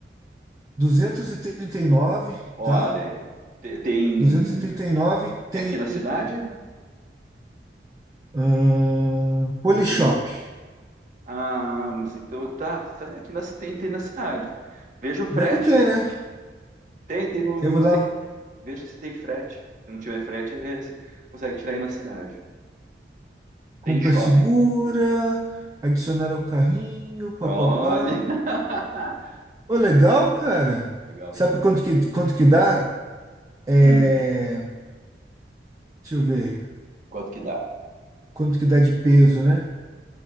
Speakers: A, on the right (about 20°); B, on the right (about 45°).
A: Duzentos e e trinta e nove,
B: Olha,
A: tá?
B: te- tem.
A: Duzentos e e trinta e nove tem
B: É aqui na cidade?
A: ahn, Polishop.
B: Ou tem. Ah, mas então tá, tá é aqui na, ci- tem, tem na cidade. Veja o frete.
A: Deve ter, né?
B: Tem, tem no,
A: Eu vou
B: não sei.
A: dar
B: Veja se tem frete. Se não tiver frete, é- você consegue tirar aí na cidade.
A: Compra
B: Tem em shopping.
A: segura, adicionar ao carrinho, papapá.
B: Olha! <laughs>
A: Ô, legal, cara.
B: Legalzinho.
A: Sabe quanto que, quanto que dá? É,
B: Hum,
A: deixa eu ver.
B: quanto que dá?
A: Quanto que dá de peso, né?